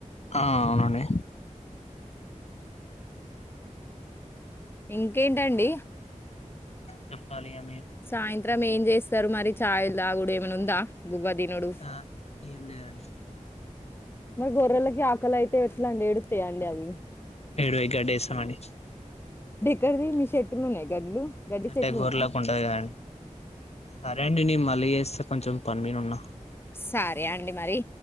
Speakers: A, on the left; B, on the left.
A: ఆ అవునండి
B: ఇం ఇకేంటండి
A: చప్పాలిగా
B: సాయంత్రం ఏం చేస్తారు మరి చాయిలు దాగుడు ఏమన్న ఆఉందా ఫుల్ గా తినుడు
A: ఆ ఏం లేదండి
B: మరి గొర్రెలకి ఆకలి అయితే ఎట్లాండి ఎడుతాయంండి అవి
A: ఏడు ఇ గ డేేశవాణి
B: కది మీ చెట్టు ఉన్నాయి గడ్లు గడ్డి
A: అంటే
B: చెట్లు
A: గోర్రిలాకు
B: ఉన్నాయా
A: ఉంటంది కదండి సరే అండి నీ మళ్ళీ లీ చేస్త కొంచెం పని మీద ఉన్న
B: సరే అండి మరి